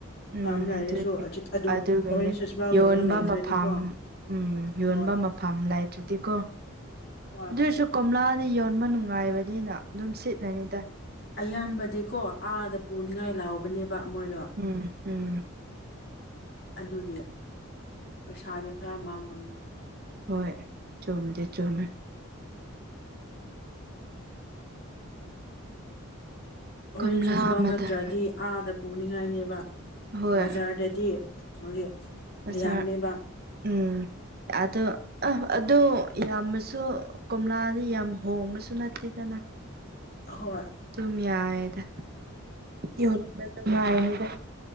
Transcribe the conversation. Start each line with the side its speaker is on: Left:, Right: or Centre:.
Right: ꯎꯝ
Left: ꯐꯥꯔꯝ ꯂꯩꯔꯁꯨ
Right: ꯑꯗꯨ
Left: ꯑꯗꯨ
Right: ꯑꯗꯨꯒꯤꯅꯦ
Left: ꯑꯣꯔꯦꯟꯖ ꯁꯁꯕꯥꯒꯨꯝꯕ
Right: ꯌꯣꯟꯕ
Left: ꯂꯩꯇ꯭ꯔꯗꯤꯀꯣ
Right: ꯃꯐꯝ ꯎꯝ ꯌꯣꯟꯕ
Left: ꯍꯣꯏ
Right: ꯃꯐꯝꯐꯝ ꯂꯩꯗ꯭ꯔꯗꯤꯀꯣ
Left: ꯍꯣꯏ
Right: ꯁꯤꯁꯨ ꯀꯣꯝꯂꯥꯗꯤ ꯌꯣꯟꯕ ꯅꯨꯡꯉꯥꯏꯕꯅꯤꯅ ꯑꯗꯨꯝ ꯁꯤꯠꯂꯅꯤꯗꯥꯏ
Left: ꯑꯌꯥꯝꯕꯗꯤꯀꯣ ꯑꯥꯗ ꯄꯨꯅꯤꯡꯉꯥꯏ ꯂꯥꯛꯕꯅꯦꯕ ꯃꯣꯏꯗꯣ
Right: ꯎꯝ ꯎꯝ
Left: ꯑꯗꯨꯒꯤ ꯄꯩꯁꯥꯁꯦ ꯈꯔ ꯃꯥꯡꯕꯅꯤ
Right: ꯍꯣꯏ ꯆꯨꯝꯃꯗꯤ ꯆꯨꯝꯃꯦ
Left: ꯑꯣꯔꯦꯟꯖ
Right: ꯀꯣꯝꯂꯥ
Left: ꯖꯨꯁ ꯃꯝ
Right: ꯃꯇꯝ
Left: ꯅꯠꯇ꯭ꯔꯗꯤ ꯑꯥꯗ ꯄꯨꯅꯤꯡꯉꯥꯏꯅꯦꯕ
Right: ꯍꯣꯏ
Left: ꯕꯖꯥꯔꯗꯗꯤ ꯍꯧꯖꯤꯛ
Right: ꯑꯣꯆꯥꯔ
Left: ꯌꯥꯝꯃꯦꯕ
Right: ꯎꯝ ꯑꯗꯣ ꯑ ꯑꯗꯨ ꯌꯥꯝꯅꯁꯨ ꯀꯣꯝꯂꯥꯗꯤ ꯌꯥꯝ ꯍꯣꯡꯕꯁꯨ ꯅꯠꯇꯦꯗꯅ
Left: ꯍꯣꯏ
Right: ꯇꯃꯤ ꯌꯥꯏꯗ ꯌꯣꯟꯕ ꯅꯨꯡꯉꯥꯏꯔꯅꯤꯗ